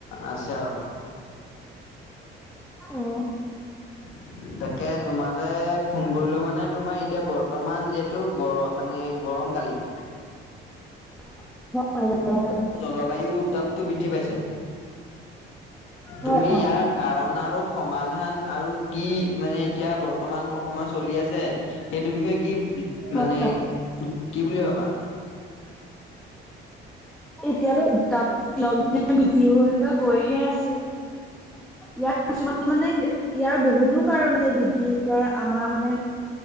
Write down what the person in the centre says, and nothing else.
অ'।
<unintelligible>
হয়
অ
হয়
এতিয়াতো উত্তাপটো বৃদ্ধি হৈ- হৈ গৈহে আছে। য়াত কিছুমান মানে ইয়াৰ বহুতো কাৰণ আছে বৃদ্ধি হোৱাৰ আমাৰ মানে